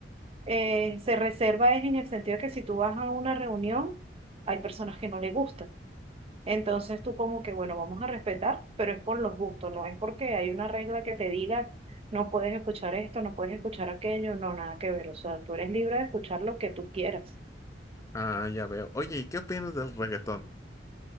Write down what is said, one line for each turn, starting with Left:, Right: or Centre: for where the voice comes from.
Right: eh, se reserva es en el sentido de que si tú vas a una reunión, hay personas que no le gustan. Entonces tú como que, bueno, vamos a respetar, pero es por los gustos, no es porque hay una regla que te diga, no puedes escuchar esto, no puedes escuchar aquello, no, nada que ver. O sea, tú eres libre de escuchar lo que tú quieras.
Left: Ah, ya veo. Oye, ¿y qué opinas del reggaetón?